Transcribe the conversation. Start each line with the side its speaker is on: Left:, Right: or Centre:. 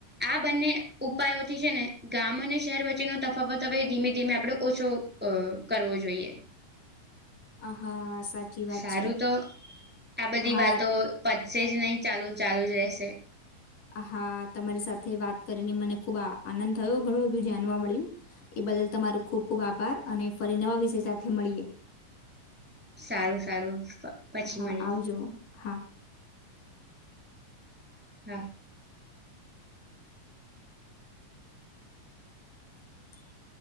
Centre: આ બંને ઉપાયોથી છે ને ગામ અને શહેર વચ્ચેનો તફાવત હવે ધીમે ધીમે આપડો ઓછો અ કરવો જોઈએ
Left: હા સાચી વાત
Centre: સારું
Left: છે
Centre: તો આ બધી
Left: હા
Centre: વાતો પછશે જ નહીં ચાલુ ચાલું જ રહેશે
Left: હા તમારી સાથે વાત કરીને મને ખુબ આનંદ થયો ઘણું બધું જાણવા મળ્યું એ બદલ તમારું ખૂબ ખૂબ આભાર અને ફરી નવા વિષય સાથે મળીએ
Centre: સારું સારું પછી
Left: હા
Centre: મળી
Left: આવજો હા
Centre: હા
Left: <unintelligible>